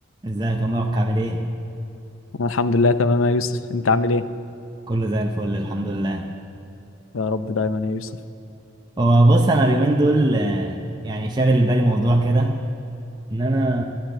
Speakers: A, on the right; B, on the left.
A: ازيك يا مبروك عامل ايه؟
B: أنا الحمد لله تمام يا يوسف انت عامل ايه
A: كله زي الفل الحمد لله
B: يا رب دايما يا يوسف
A: هو بص انا اليومين دول آه، يعني شاغل بالي موضوع كده ان انا